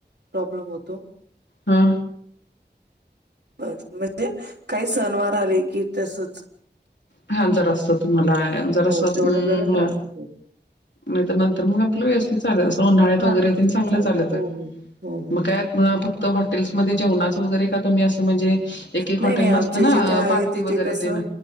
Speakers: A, on the right; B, on the left.
A: प्रॉब्लेम होतो
B: हा
A: ब म्हणजे काही सनवार आले की तसच
B: हा जरा असत तुम्हाला जरा
A: हो तेवढा
B: असंम
A: जरा
B: हो
A: त्रास होतो.
B: नाही तर नंतर मग आपलं व्यवस्थित चालत असं उन्हाळ्यात
A: हा
B: वगैरे
A: व्यवस्थित
B: ते चांगलं
A: चालता
B: चालत
A: हो
B: आहे
A: हो. हो हो.
B: मग काय फक्त हॉटेल्समध्येध्ये जेवणाच वगैरे का तुम्ही असं म्हणजे एक एक
A: नाही,
B: हॉटेल
A: नाही. आमच्या
B: नसतं ना
A: जिथे आहे
B: पार्टी
A: तिथे
B: वगैरे
A: कसं
B: ते ना